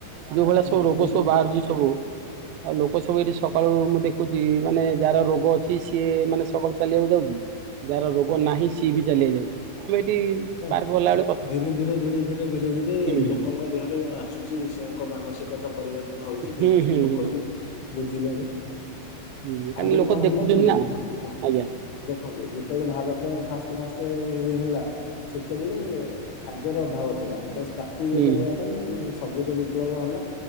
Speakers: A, on the right; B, on the left.
A: ଯୋଉ ଭଳିଆ
B: ହଁ
A: ସବୁ ରୋଗ
B: ଧୀରେ
A: ସବୁ ବାହାରୁଛି ସବୁ ଆଉ ଲୋକ ସବୁ ଏଇଠି ସକାଳୁ ମୁଁ ଦେଖ ଦେଖୁଛି ମାନେ ଯାହାର ରୋଗ ଅଛି ସିଏ ମାନେ ସକାଳୁ ଚାଲିବାକୁ ଯାଉଛି। ଯାହାର ରୋଗ
B: ହଁ
A: ନାହିଁ ସିଏ ବି ଚାଲିବାକୁ ଯାଉଛି।
B: ହଁ
A: ବାର ବଲା
B: ଧୀରେ ଧୀରେ ଧୀରେ ଧୀରେ ଧୀରେ ଧୀରେ
A: ହୁଁ
B: ଲୋକଙ୍କ ଦେହରେ ଆସୁଛି ସେଙ୍କ ମାନସିକତା ପରିବର୍ତ୍ତନ ହଉଛି
A: ହୁଁ
B: ଧୀରେ ଧୀରେ
A: ହୁଁ
B: ଲୋକ
A: ହୁଁ
B: ବି ବୁଝିଲେଣି।
A: ହୁଁ କାରଣ
B: ଆଗରୁ
A: ଲୋକ
B: କଣ
A: ଦେଖୁଛନ୍ତି
B: ହେଲା କି
A: ନା
B: ହଁ ହଁ
A: ଆଜ୍ଞା
B: ଦେଖନ୍ତୁ ଯେତେବେଳେ ଭାରତ ଫାଷ୍ଟ ଫାଷ୍ଟ ଫାଷ୍ଟ ଇଏ ହେଲା ସେତେବେଳେ ଖାଦ୍ୟର ଅଭାବ ଥିଲା। ତ ତାକୁ ଇଏ
A: ହୁଁ
B: କରିବା ପାଇଁ ସବୁଜ ବିପ୍ଳବ ହେଲା